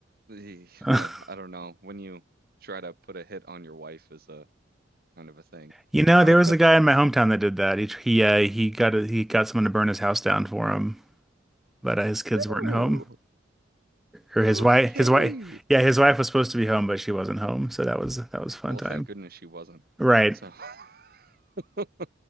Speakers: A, on the right; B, in the centre.
A: the
B: <laughs>
A: uh, I don't know. When you try to put a hit on your wife is a kind of a thing. <laughs>
B: You know, there was a guy in my hometown that did that. He he uh, he got a, he got someone to burn his house down for him, but uh, his kids
A: Oh,
B: weren't home, or his
A: okay.
B: wife his wife yeah his wife was supposed to be home, but she wasn't home, so that was that was a fun
A: Well,
B: time.
A: thank goodness she wasn't.
B: Right.
A: So, <laughs>